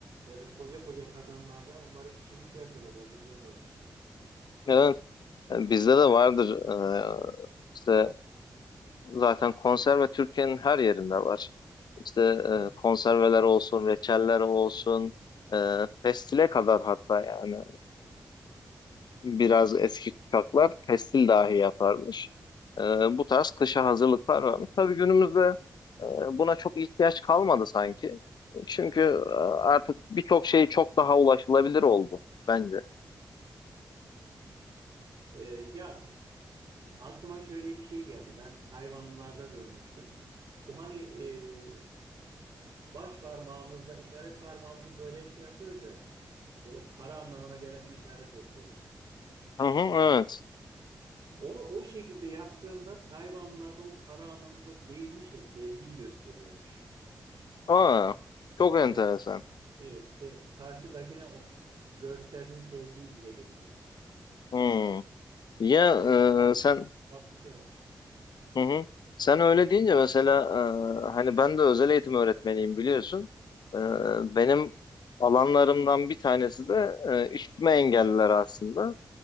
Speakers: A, on the right; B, on the left.
A: Böyle koca koca kazanlarda onları pişirip şey yapıyorlar, hazırlıyorlardı.
B: Evet, bizde de vardır. Ee, işte Zaten konserve Türkiye'nin her yerinde var. İşte
A: Hı hı.
B: e, konserveler olsun, reçeller olsun, e, pestile kadar hatta yani biraz eski kuşaklar pestil dahi yaparmış. E, bu tarz kışa hazırlıklar varmış. Tabii günümüzde e, buna çok ihtiyaç kalmadı sanki. Çünkü
A: Hı hı.
B: e, artık birçok şey çok daha ulaşılabilir oldu bence.
A: Ee, ya aklıma şöyle bir şey geldi. Ben Tayvanlılarda görmüştüm. Bu hani e, baş parmağımızla işaret parmağımızı böyle şey yapıyoruz ya. Böyle para anlamına gelen bir işaret yapıyoruz.
B: Hı hı, evet.
A: Onu o şekilde yaptığında Tayvanlılarda o para anlamında değilmiş de sevgiyi gösteriyormuş.
B: Aa, çok enteresan.
A: Evet, evet işte karşıdakine o gösterdiğin sevgiyi dile getiriyormuş.
B: Hmm. Ya
A: Böyle
B: e,
A: bir konu-
B: sen
A: farklı bir şey varmış.
B: Hı hı. Sen öyle deyince mesela e, hani ben de özel eğitim öğretmeniyim biliyorsun. E,
A: Evet.
B: benim alanlarımdan bir tanesi de e, işitme engelliler aslında.